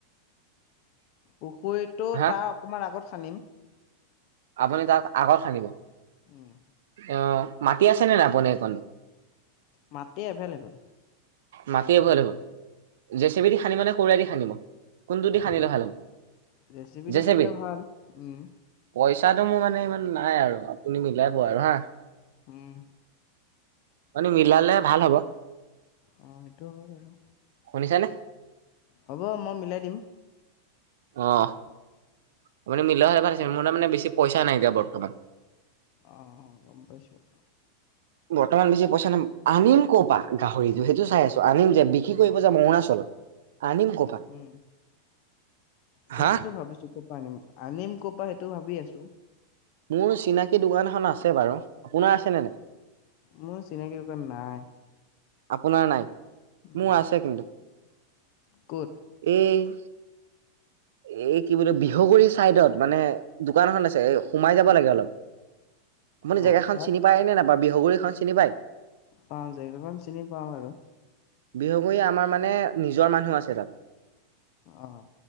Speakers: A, on the left; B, on the right.
A: পুখুৰীটো
B: হা
A: তাৰ অকমান আগত খানিম।
B: আপুনি তাত আগত খান্দিব!
A: উম।
B: অ', মাটি আছেনে নাই আপুনি এইকণ?
A: মাটি এভেইলেবল।
B: মাটি এভেলেবেল, জে চি বি দি খানিব নে, কোৰে দি খানিব? কোনটো দি খানিলে
A: জে চি-
B: ভাল হ'ব
A: জেচিপি
B: জে
A: দি খানিলে
B: চি বি
A: ভাল, উম।
B: পইচাটো মোৰ মানে ইমান নাই আৰু আপুনি মিলাইব আৰু হা।
A: উম।
B: মানে মিলালে ভাল হ'ব।
A: অ', সেইটো হয়, বাৰু
B: শুনিছেনে
A: হ'ব মই মিলাই দিম।
B: অ', আপুনি মিলোৱা হয়, ভাল আছিল, মোৰ <unintelligible> মানে বেছি পইচা নাই এতিয়া বৰ্তমান।
A: অ', অ', গম পাইছোঁ।
B: বৰ্তমান বেছি পইচা নাই। আনিম ক'ৰপা গাহৰিটো সেইটো চাই আছোঁ, আনিম যে বিক্ৰী কৰিব যাম অৰুণাচলত! আনিম ক'ৰ পৰা?
A: উম, সেইটোতো
B: হা?
A: ভাবিছোঁ খুব আম আনিম ক'ৰ পৰা সেইটো ভাবি আছোঁ।
B: মোৰ চিনাকী দোকান এখন আছে বাৰু। আপোনাৰ আছে নে নাই?
A: মোৰ চিনাকি দোকান নাই।
B: আপোনাৰ নাই
A: নাই।
B: মোৰ আছে কিন্তু।
A: ক'ত?
B: এই এই কি বুলে বিহগুৰি চাইদত মানে দোকান এখন আছে এ সোমাই যাব লাগে অলপ। আপুনি
A: অ'
B: জেগাখন
A: তাত
B: চিনি পায় নে নাপায় বিহগুৰিখন চিনি পায়।
A: পাওঁ, জেগাখন চিনি পাওঁ বাৰু।
B: বিহগুৰি আমাৰ মানে নিজৰ মানুহ আছে তাত।
A: অ'।